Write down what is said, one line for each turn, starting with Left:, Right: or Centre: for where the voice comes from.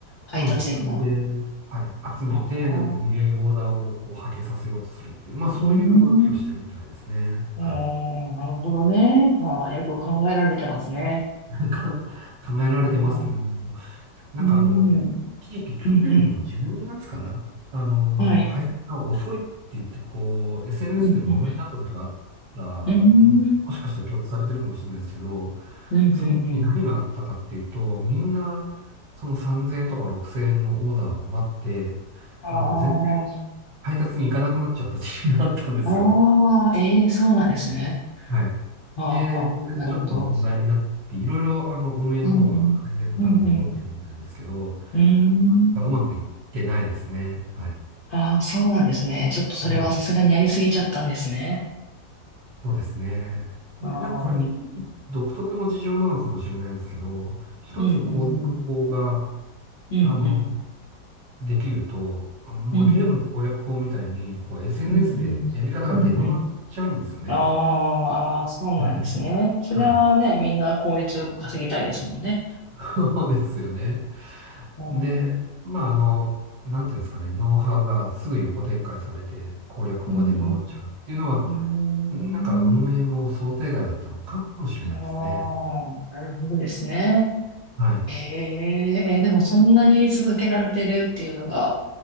Left: 配達員を。
Right: そうです。それで、はい。集めて、
Left: ああ、
Right: なんか無理やりオーダーをこう、はけさせようとするっていう、まあそういう動きをしてるみたいですね。
Left: うん。えー、
Right: はい。
Left: なるほどね。ああ、よく考えられてますね。
Right: <laughs> なんか考えられてますけども、
Left: うん、う
Right: なんかあの、
Left: ん、う
Right: 一時期去年の12月かな、
Left: ん、うん。
Right: あの、
Left: はい。
Right: 配達が遅いって言って、こう、SNS
Left: うん、
Right: で問題になった時があった、
Left: うん、うん、
Right: も、もしかしたら記憶されてるかもしれないですけど、
Left: うん、
Right: その時何があったかっていうと、
Left: うん。うん
Right: みんな、その3000円とか6000円のオーダーを待って、
Left: あ
Right: あの、全然
Left: あ、
Right: 配達に行かなくなっちゃった時期があったんですよ。
Left: ああ、ええそうなんですね。
Right: はい。
Left: ああ、
Right: で、
Left: ああなるほど。
Right: それでちょっと問題になって、いろいろあの運営の方は改善のために動いてるみたいですけど、
Left: うん、うん。うんうんうーん。
Right: うまくいってないですね。はい。
Left: ああ、そうなんですね。ちょっとそれはさすがにやりすぎちゃったんですね。
Right: はい。そうですね。
Left: ああ。
Right: んなんかこれ日本独特の事情なのかもしれないですけど、一つ攻略法が、
Left: うんうんうん。うんうん。
Right: あの、できると、もうゲームの攻略法みたいに、
Left: うん
Right: こう SNS
Left: うんうん。
Right: でやり方が出回っちゃうんですよね。
Left: うんうん。ああ、ああ、そうなんですね。
Right: ね
Left: そりゃあね、
Right: はい。
Left: みんな効率よく稼ぎたいですもんね。
Right: そうですよね。
Left: うん。
Right: で、
Left: うん
Right: まあ、あの、なんていうんですかね、ノウハウがすぐ横展開されて攻略法が出回っちゃうっていうのは、
Left: うんうん。
Right: なんか運営も想定外だったのかもしれないですね。
Left: うーん。ああ、なるほどですね。
Right: はい。
Left: ええでもそんなに続けられてるっていうのが、